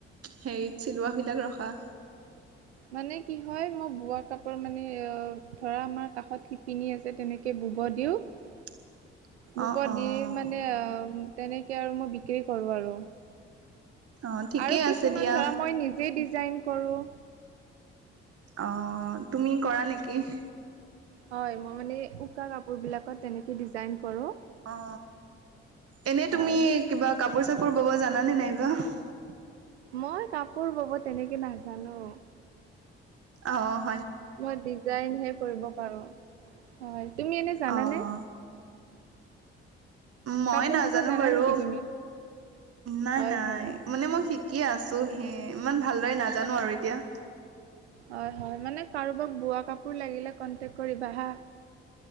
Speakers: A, on the right; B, on the right.
A: হেৰিত চিলোৱা বিলাক, ৰখা <unintelligible>
B: মানে কি হয় মই বোৱা কাপোৰ মানে ধৰা আমাৰ কাষত শিপিনী আছে তেনেকে, বুব দিউ <unintelligible>
A: <unintelligible>
B: গুপত
A: অ', অ',
B: দি মানে, তেনেকে আৰু মই বিক্ৰী কৰোঁ আৰু
A: অ', ঠিকেই
B: আৰু কিছুমান
A: আছে দিয়া।
B: ধৰা, মই নিজেই ডিজাইন কৰোঁ্
A: অ তুমি কৰা নেকি <inaudible>
B: হয় মই মানে উকা কাপোৰ বিলাকত তেনেকে ডিজাইন, কৰো
A: অ, এনে
B: হয়।
A: তুমি কিবা কাপোৰ চাপোৰ পোৰ বব জানানে নাইবা <unintelligible>
B: মই কাপোৰ বব তেনেকে নাজানো।
A: অহ <unintelligible>
B: মই ডিজাইনহে কৰিব পাৰো। হয় তুমি এনে জানানে,
A: অ', মই
B: কাপোৰ
A: নাজানো
B: বব জানা
A: বাৰু।
B: নেকি তুমি?
A: নাই
B: হয়
A: নাই
B: হয়
A: মানে মই শিকি আছো হে ইমান ভালদৰে নাজানো আৰু এতিয়া।
B: হয় হয় মানে কাৰোবাক বোৱা কাপোৰ লাগিলে কণ্টেক্ট কৰিবা হা।